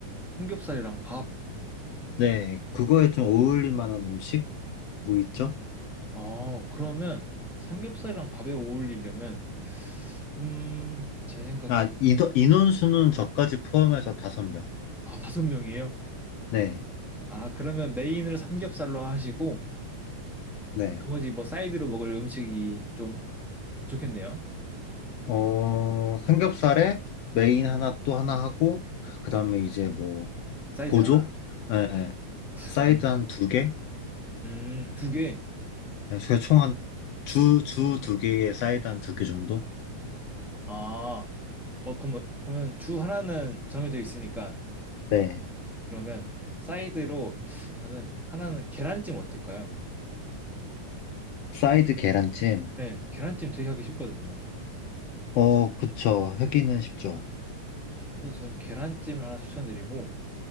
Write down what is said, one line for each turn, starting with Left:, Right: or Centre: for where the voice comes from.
Centre: 삼겹살이랑 밥.
Left: 네, 그거에 좀 어울릴 만한 음식? 뭐 있죠?
Centre: 아, 그러면 삼겹살이랑 밥에 어울리려면, 음, 제 생각엔,
Left: 아, 인원, 인원수는 저까지 포함해서 다섯 명.
Centre: 아, 다섯 명이에요?
Left: 네,
Centre: 아, 그러면 메인을 삼겹살로 하시고,
Left: 네.
Centre: 나머지 뭐 사이드로 먹을 음식이 좀 좋겠네요.
Left: 어, 삼겹살에 메인 하나 또 하나 하고, 그 다음에 이제 뭐,
Centre: 사이드
Left: 보조?
Centre: 하나.
Left: 네, 네. 사이드
Centre: 그러면,
Left: 한 두 개?
Centre: 음, 두 개.
Left: 네, 총한 주, 주 두 개에 사이드 한 두 개 정도?
Centre: 아, 어, 그럼, 그러면 주 하나는 정해져 있으니까,
Left: 네.
Centre: 그러면 사이드로 저는 하나는 계란찜 어떨까요?
Left: 사이드 계란찜.
Centre: 네, 계란찜 되게 하기 쉽거든요.
Left: 어, 그쵸. 하기는 쉽죠.
Centre: 그래서 저는 계란찜 하나 추천드리고,